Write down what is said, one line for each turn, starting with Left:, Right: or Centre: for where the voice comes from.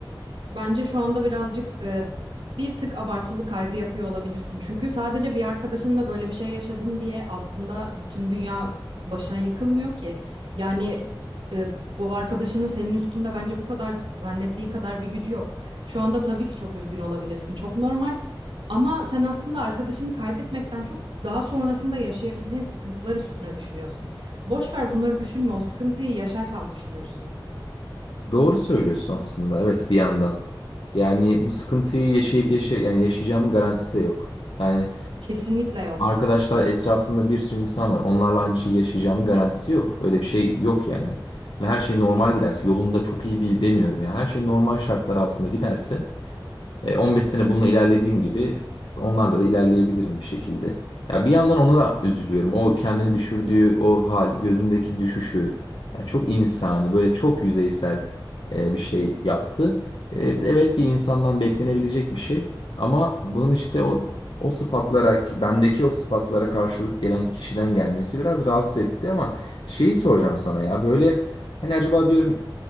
Right: Bence şu anda birazcık e, bir tık abartılı kaygı yapıyor olabilirsin. Çünkü sadece bir arkadaşınla böyle bir şey yaşadın diye aslında bütün dünya başına yıkılmıyor ki. Yani e, bu arkadaşının senin üstünde bence bu kadar zannettiğin kadar bir gücü yok. Şu anda tabii ki çok üzgün olabilirsin. Çok normal. Ama sen aslında arkadaşını kaybetmekten çok daha sonrasında yaşayabileceğin sıkıntılar üstüne düşünüyorsun. Boş ver bunları düşünme. O sıkıntıyı yaşarsan düşünürsün.
Left: Doğru söylüyorsun aslında. Evet bir yandan. Yani bu sıkıntıyı yaşayıp yaşa yani yaşayacağımın garantisi de yok. Yani
Right: Kesinlikle yok.
Left: arkadaşlar etrafımda bir sürü insan var. Onlarla aynı şeyi yaşayacağımın garantisi yok. Öyle bir şey yok yani. Ve her şey normal giderse yolunda çok iyi değil demiyorum ya. Her şey normal şartlar altında giderse e, 15 sene bununla ilerlediğim gibi onlarla da ilerleyebilirim bir şekilde. Ya bir yandan ona da üzülüyorum. O kendini düşürdüğü o hal, gözümdeki düşüşü. Yani çok insani, böyle çok yüzeysel e, bir şey yaptı. E, evet bir insandan beklenebilecek bir şey. Ama bunun işte o o sıfatlara, bendeki o sıfatlara karşılık gelen kişiden gelmesi biraz rahatsız etti ama şeyi soracağım sana ya böyle hani acaba diyorum